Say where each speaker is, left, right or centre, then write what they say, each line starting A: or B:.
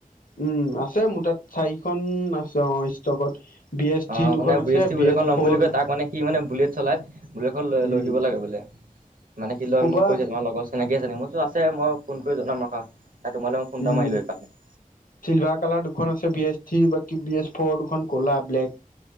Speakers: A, on the left; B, on the right.
A: উম, আছে মোৰ তাত চাৰিখন আছে অ', ষ্ট'কত। বি এছ থ্ৰী
B: অ',
A: দুখন
B: মানে
A: আছে
B: বি এছ টি বুলেটখন ল'ম
A: ফ'ৰ
B: বুলি কয়
A: দুখন
B: তাক মানে সি মানে বুলেট চলাই, বুলেটখন লৈ- লৈ
A: উম
B: দিব লাগে বোলে। মানে সি লয়
A: ক'বা
B: মোক কৰিছে তোমাৰ লগত চিনাকি আছে নি মইতো আছে মই ফোন কৰি জনাম ৰখা তোমালৈ মই ফোন এটা
A: উম
B: মাৰিলো সেইকাৰণে
A: চিলভাৰ কালাৰ দুখন আছে বি এছ থ্ৰী বাকী বি এছ ফ'ৰ দুখন ক'লা ব্লেক